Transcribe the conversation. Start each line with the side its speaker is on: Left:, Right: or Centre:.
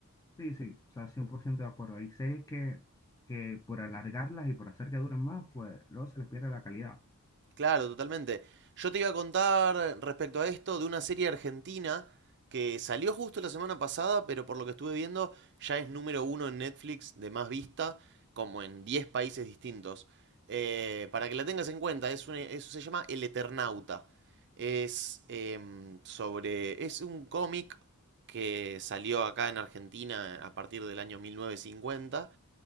Left: Sí, sí, o sea, 100% de acuerdo. Hay series que, que por alargarlas y por hacer que duren más, pues luego se les pierde la calidad.
Right: Claro, totalmente. Yo te iba a contar respecto a esto de una serie argentina que salió justo la semana pasada, pero por lo que estuve viendo ya es número uno en Netflix de más vista, como en 10 países distintos. Eh, para que la tengas en cuenta, es una- eso se llama El Eternauta. Es em, sobre, es un cómic que salió acá en Argentina a partir del año 1950